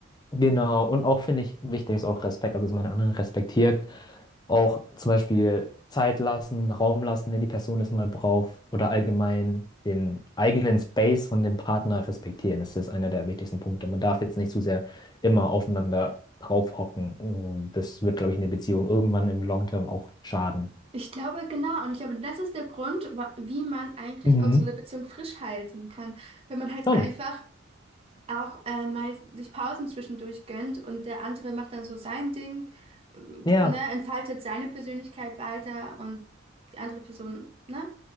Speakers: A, on the left (about 20°); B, on the right (about 30°).
A: Genau, und auch finde ich wichtig ist auch Respekt, also dass man den anderen respektiert. Auch zum Beispiel Zeit lassen, Raum lassen, wenn die Person das mal braucht oder allgemein den eigenen Space von dem Partner respektieren. Das ist einer der wichtigsten Punkte. Man darf jetzt nicht zu sehr immer aufeinander draufhocken. Und Das wird, glaube ich, in der Beziehung irgendwann im Long Term auch schaden.
B: Ich glaube, genau. Und ich glaube, das ist der Grund, wa- wie man eigentlich
A: Mhm.
B: auch so eine Beziehung frisch halten kann. Wenn man halt
A: Schon.
B: einfach auch äh, mal sich Pausen zwischendurch gönnt und der andere macht dann so sein Ding, äh, ne,
A: Ja.
B: entfaltet seine Persönlichkeit weiter und die andere Person, ne,